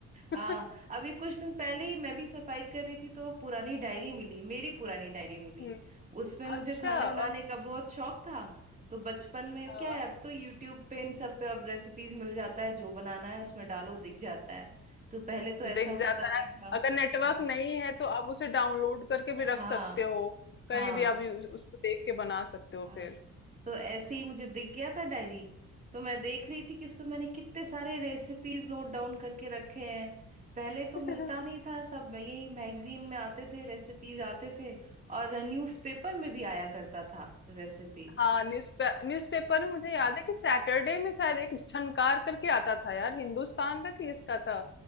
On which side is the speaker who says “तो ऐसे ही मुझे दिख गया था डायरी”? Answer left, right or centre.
Right